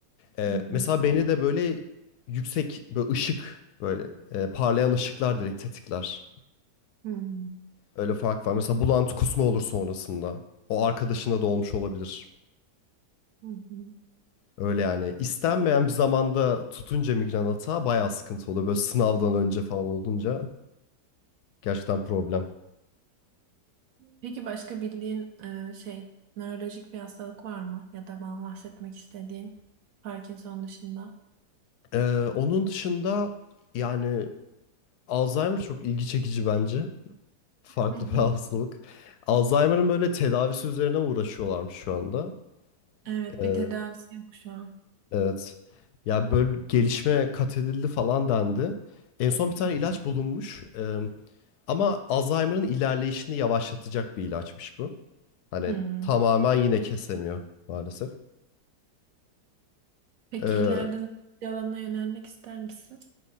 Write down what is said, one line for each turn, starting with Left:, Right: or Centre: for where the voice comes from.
Left: E,
Right: Hı hı.
Left: mesela beni de böyle yüksek böyle ışık böyle e, parlayan ışıklar direkt tetikler.
Right: Hı hı.
Left: Öyle fark var. Mesela bulantı kusma olur sonrasında. O arkadaşında da olmuş olabilir.
Right: Hı hı.
Left: Öyle yani istenmeyen bir zamanda tutunca migren atağı bayağı sıkıntı oluyor. Böyle sınavdan önce falan olunca gerçekten problem.
Right: Peki başka bildiğin e, şey nörolojik bir hastalık var mı? Ya da bana bahsetmek istediğin Parkinson dışında.
Left: Ee, onun dışında yani Alzheimer çok ilgi çekici bence. Farklı
Right: Hı hı.
Left: bir <laughs> hastalık. Alzheimer'ın böyle tedavisi üzerine uğraşıyorlarmış şu anda.
Right: Evet
Left: Ee,
Right: bir tedavisi yok şu an.
Left: evet. Ya böyle bir gelişme kat edildi falan dendi. En son bir tane ilaç bulunmuş. Ee, ama Alzheimer'ın ilerleyişini yavaşlatacak bir ilaçmış bu. Hani
Right: Hı.
Left: tamamen yine kesemiyor maalesef.
Right: Peki
Left: Ee,
Right: ileride hangi alana yönelmek ister misin?